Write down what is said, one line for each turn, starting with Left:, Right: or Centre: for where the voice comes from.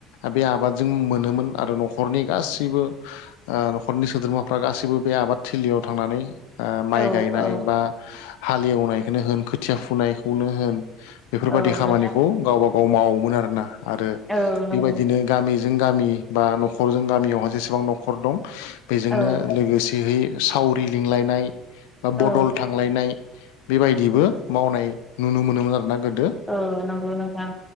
Left: बे आबादजों मोनोमोन आरो न'खरनि गासैबो ओ न'खरनि सोद्रोमाफ्रा गाैबो बे आबाद थिलियाव थांनानै ओ माइ
Centre: औ
Left: गायनाय
Centre: औ
Left: बा हालेवनायखौनो होन खोथिया फुनायखौनो होन बेफोरबायदि
Centre: औ
Left: खामानिखौ
Centre: नोंथां
Left: गावबा गाव मावोमोन आरोना आरो
Centre: औ नंगौ
Left: बेबायदिनो गामि जों गामि बा न'खरजों गामियावहााय जेसेबां न'खर दं बेजोंनो
Centre: औ
Left: लोगोसेहै सावरि लिंलायनाय बा
Centre: औ
Left: बदल थांलायनाय बेबायदिबो मावनाय नुनो मोनोमोन आरोना गो
Centre: औ नंगौ नोंथां